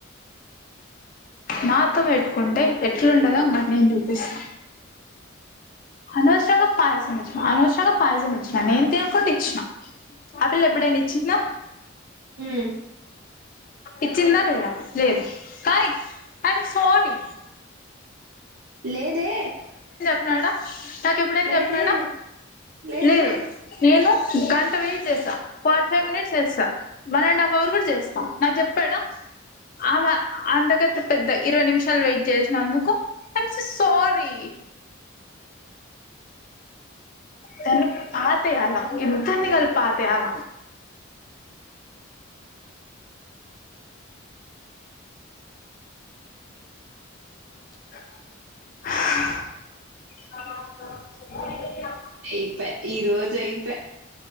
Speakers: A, on the left; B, on the right.
A: నాతో పెట్టుకుంటే ఎట్లుండదో అ మాట నేను చూపిస్తా అనవసరంగా పాయసం ఇచ్చినం అనవసరంగా పాయసం ఇచ్చినా నేం తినుకుండా ఇచ్చినాం ఆ పిల్ల ఎప్పుడైనా ఇచ్చిందా
B: ఉమ్
A: ఇచిందా లేధా లేదు కానీ అం సోని
B: లేదే
A: కనాడ నాకు ఎప్పుడైనా
B: లేదే
A: చెప్పినడా
B: లేదే
A: లేదు నేను గంట వెయిట్ చేస్తా ఫార్టీ ఫైవ్ మినిట్స్ చేస్తా వన్ అండ్ హాఫ్ అవర్ కూడా చేస్తాం నాకు చెప్పాడా ఆమె అంతకత పెద్ద ఇరవై నిమిషాలు వెయిట్ చేసినందుకు ఐ యామ్ సో సారీ తను పాతయాల ఇద్దని కలి పాతయాల <unintelligible>
B: అయిపోయా ఈ రోజ అయిపోయా